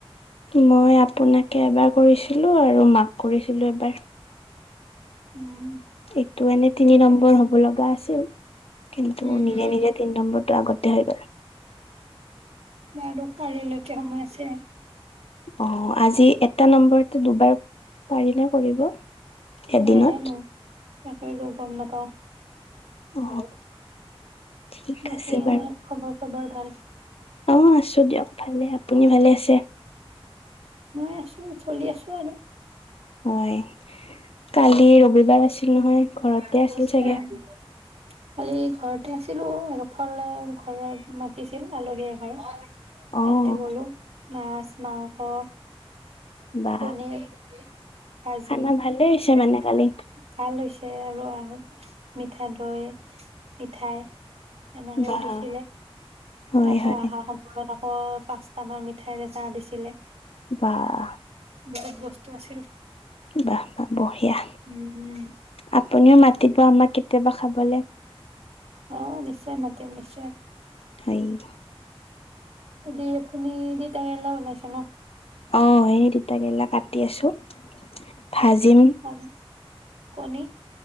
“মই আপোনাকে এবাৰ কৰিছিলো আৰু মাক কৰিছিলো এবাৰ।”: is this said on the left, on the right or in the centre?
Left